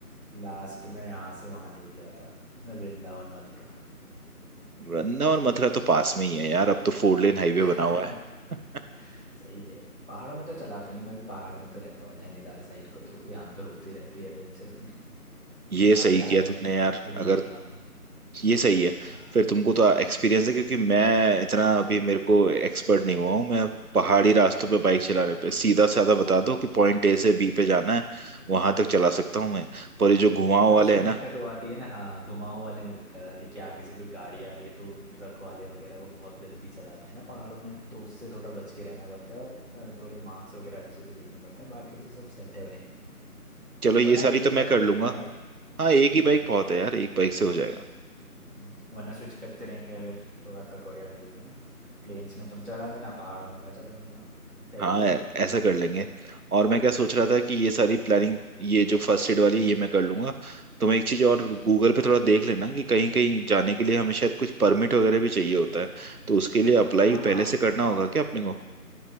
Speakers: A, on the right; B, on the right.
A: लास्ट में यहाँ से वहाँ ले गया था वृंदावन मथुरा
B: वृंदावन मथुरा तो पास में ही है यार अब तो फोर लेन हाईवे
A: <laughs>
B: बना हुआ है
A: सही है पहाड़ों में तो चलाता हूँ मैं भी पहाड़ में तो रहता हूँ नैनीताल साइड को तो यहाँ पे होती रहती है एडवेंचर अपनी
B: ये सही
A: अभी आया
B: किया
A: हूँ
B: तुमने यार
A: दिल्ली
B: अगर
A: काम
B: ये सही है
A: हाँ
B: फिर तुमको तो एक्सपीरियंस है क्योंकि मैं इतना अभी मेरे को एक्सपर्ट नहीं हुआ हूँ मैं पहाड़ी रास्तों पे बाइक चलाने पे सीधा साधा बता दो कि पॉइंट ए से बी पे जाना है वहां तक चला सकता हूँ मैं पर ये जो घुमाव
A: पर
B: वाले
A: उसमें कुछ
B: है ना
A: दिक्कत वो आती है ना हाँ घुमाव वाले में दिक्कत आती है कि आगे से कोई गाड़ी आ रही है तो ट्रक वाले वगैरह वो बहुत गंदी चलाते हैं ना पहाड़ों में तो उससे थोड़ा बच के रहना पड़ता है और अ, थोड़े मार्क्स वगैरह अच्छे से देखने पड़ते हैं बाकी तो सब सेट है भाई
B: चलो ये
A: वरना
B: सारी
A: एक
B: तो
A: ही बाइक
B: मैं कर
A: ले
B: लूंगा
A: लेंगे हम
B: हाँ
A: हम्म,
B: एक ही बाइक बहुत है यार एक बाइक से हो जाएगा
A: हम्म, वरना स्विच करते रहेंगे अगर थोड़ा थक वगैरह गए तो ना प्लेन्स में तुम चढ़ा लेना पहाड़ों में मैं चला लूंगा क्या
B: हाँ
A: कहते हो
B: ऐ- ऐसा कर लेंगे और मैं क्या सोच रहा था कि ये सारी प्लानिंग ये जो फर्स्ट एड वाली है ये मैं कर लूंगा तुम्हें एक चीज और गूगल पे थोड़ा देख लेना कि कहीं कहीं जाने के लिए हमें शायद कुछ परमिट वगैरह भी चाहिए होता है तो उसके लिए अप्लाई
A: हाँ हाँ
B: पहले से करना होगा क्या अपने को